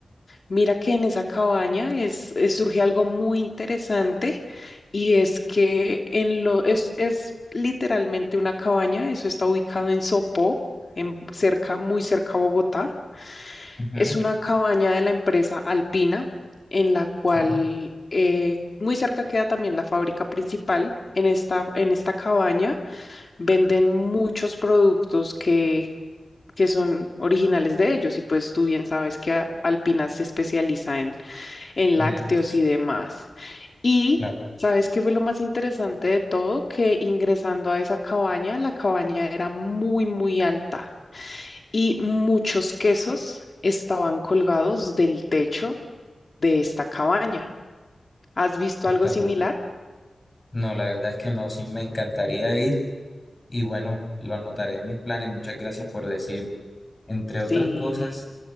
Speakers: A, on the left; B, on the left.
A: Mira que en esa cabaña es, es- surge algo muy interesante y es que en lo, es, es literalmente una cabaña, eso está ubicado en Sopó, en, cerca, muy cerca a Bogotá.
B: Ujú,
A: Es una cabaña de la empresa Alpina, en la cual
B: sí,
A: eh, muy cerca queda también la fábrica principal. En esta, en esta cabaña venden muchos productos que, que son originales de ellos y pues tú bien sabes que a- Alpina se especializa en
B: en
A: lácteos
B: lácteos.
A: y demás. Y,
B: Claro,
A: ¿sabes qué fue lo más interesante de todo? Que ingresando a esa cabaña, la cabaña era muy, muy alta y muchos quesos estaban colgados del techo de esta cabaña. ¿Has visto
B: espectacular.
A: algo similar?
B: No, la verdad es que no, sí me encantaría ir y bueno, lo anotaré en mis planes. Muchas gracias por decirme. Entre
A: Sí.
B: otras cosas,